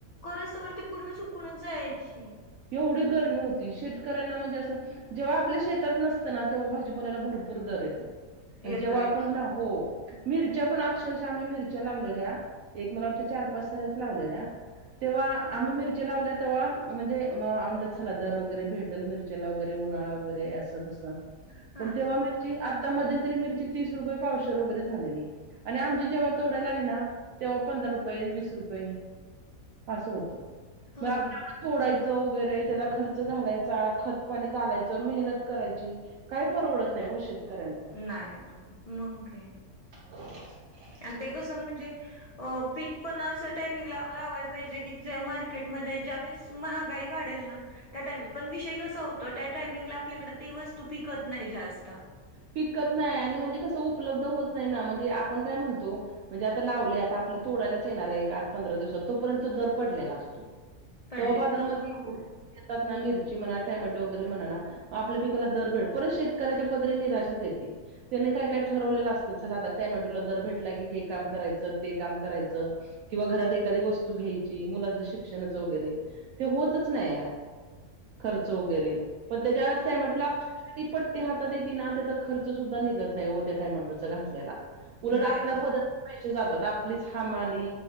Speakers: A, on the left (about 70°); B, on the right (about 70°).
A: करस्तवर ती पूर्ण सुकूनच जायाची
B: एवढी गर्मी होती शेतकऱ्यांना म्हणजे असं जेव्हा आपल्या शेतात नसतं ना तेव्हा भाजीपाल्याला भरपूर दर येतो
A: येतो
B: आणि जेव्हा
A: येतो.
B: आपण लाव हो मिरच्या पण अक्षरशः आम्ही मिरच्या लावलेल्या एक मला वाटतंय चार पाच सऱ्याच लावलेल्या तेव्हा आम्ही मिरची लावल्या तेव्हा म्हणजे मग म्हंणलं चला दर वगैरे भेटल मिरच्याला वगैरे उन्हाळा वगैरे असं तसं
A: हा
B: पण
A: ना.
B: तेव्हा मिरची आता मध्यंतरी मिरची तीस रुपये पावशर वगैरे झालेली आणि आमची जेव्हा तोडायला आली ना तेव्हा पंधरा रुपये, वीस रुपये असं होतं
A: हो.
B: मग आपण एवढं तोडायचं चं वगैरे त्याचा खर्च घालायचा, खतपाणी घालायचं, मेहनत करायची काय परवडत नाही ओ शेतकऱ्यांना.
A: नाही ना, मग काय?
B: <inaudible>
A: आणि ते कसं म्हणजे अ पीक पण असं टाइमिंग ला लावाय पाहिजे की, ज्या मार्केटमध्ये ज्यावेळेस महागाई वाढेल ना त्या टायमिंग, पण विषय कसा होतो त्या टायमिंगला आपल्याकडे ते वस्तू पिकत नाही जास्त.
B: पिकत नाय आणि म्हणजे कसं उपलब्ध होत नाही ना म्हणजे आपण काय म्हणतो? म्हणजे आता लावलय आता आपले तोडायलाच येणार आहे, एक आठ पंधरा दिवसात तोपर्यंत दर पडलेला असतो.
A: पडलेलं
B: तवा बाजारामध्ये
A: असत. हो.
B: एवढे? येतात ना. मिरची म्हणा, टोमॅटो वगैरे म्हणाना आपल्या पिकाला दर भेटल परत शेतकऱ्याच्या पदरी निराशाच येते. त्यानी काय काय ठरवलेलं असतं, चला आता टोमॅटोला दर भेटला की हे काम करायचं, ते काम करायचं. किंवा घरात एखादी वस्तू घ्यायची, मुलांचं शिक्षणाच वगैरे ते होतच नाहीय. खर्च वगैरे. पण त्याच्या
A: हो
B: टोमॅटोला अक्षरशा ती पट्टी आत त्याचा खर्च सुद्धा निघत नाही ओ त्या टोमॅटो चा घातलेला. उलट
A: नाही
B: आपल्या
A: नाही.
B: पदरचा पैसे जातात. आपलीच हमाली